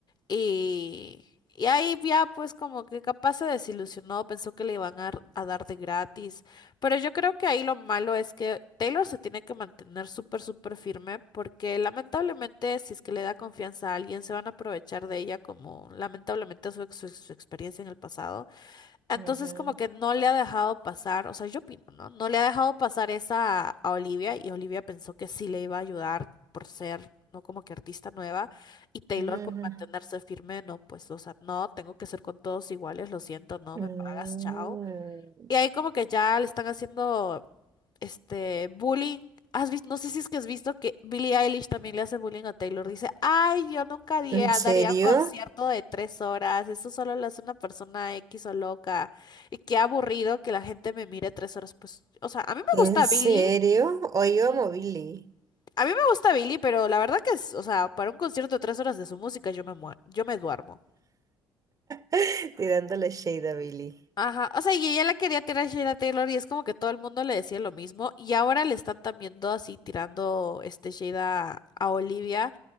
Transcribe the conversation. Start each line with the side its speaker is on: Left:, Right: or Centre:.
Left: Y, y ahí ya pues como que capaz se desilusionó, pensó que le iban a, a dar de gratis. Pero yo creo que ahí lo malo es que Taylor se tiene que mantener súper, súper firme porque lamentablemente si es que le da confianza a alguien, se van a aprovechar de ella como lamentablemente su, ex- su su experiencia en el pasado. Entonces
Right: ujú,
Left: como que no le ha dejado pasar, o sea, yo opino, ¿no? No le ha dejado pasar esa a, a Olivia y Olivia pensó que sí le iba a ayudar por ser, ¿no? Como que artista nueva y Taylor
Right: ujú,
Left: por
Right: ujú.
Left: mantenerse firme, no, pues, o sea, no, tengo que ser con todos iguales, lo siento, no,
Right: Mm.
Left: me pagas, chao. Y ahí como que ya le están haciendo este, bullying. Has visto, no sé si es que has visto que Billie Eilish también le hace bullying a Taylor. Dice, ay, yo nunca haría-
Right: ¿En serio?
Left: daría un concierto de tres horas. Eso solo lo hace una persona X o loca. Y qué aburrido que la gente me mire tres horas. Pues, o sea, a mí me
Right: ¿En
Left: gusta
Right: serio?
Left: Billie.
Right: Hoy amo
Left: Sí.
Right: a Billy,
Left: A mí me gusta Billie, pero la verdad que es, o sea, para un concierto de tres horas de su música yo me mua- yo me duermo.
Right: <laughs> tirándole shade a Billy.
Left: Ajá, o sea, y ella la quería tirar a Sheila Taylor y es como que todo el mundo le decía lo mismo y ahora le están también todo así tirando este Sheila a Olivia